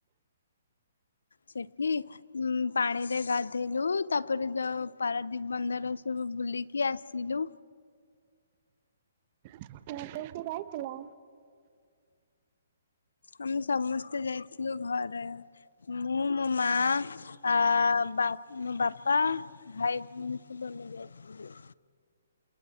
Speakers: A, on the left; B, on the right.
A: ସେଠି ଉଁ ପାଣିରେ ଗାଧେଇଲୁ ତାପରେ ଯୋଉ ପାରାଦ୍ଵୀପ ବନ୍ଦର ସବୁ ବୁଲିକି ଆସିଲୁ।
B: <inaudible> କୁ ଯାଇଥିଲ?
A: ଆମେ ସମସ୍ତେ ଯାଇଥିଲୁ ଘରେ। ମୁଁ ମୋ ମାଆ ଆ ବାପ୍ ମୋ ବାପା ଭାଇ ଭଉଣୀ ସବୁ ଆମେ ଯାଇଥିଲୁ।